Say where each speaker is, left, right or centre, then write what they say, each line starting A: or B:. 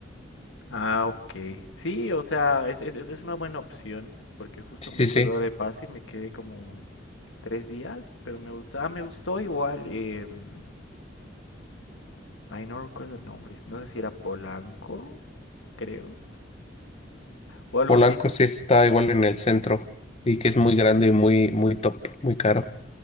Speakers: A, on the left; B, on the left.
A: Ah, ok. Sí, o sea, es, es, es es una buena opción, porque justo
B: Sí,
A: me quedó
B: sí, sí.
A: de paso y me quedé como tres días, pero me gustó, ah, me gustó igual, em, ay, no recuerdo el nombre, no sé si era Polanco, creo, o algo
B: Polanco
A: así.
B: sí está igual en el centro y que es muy grande y muy, muy top, muy caro.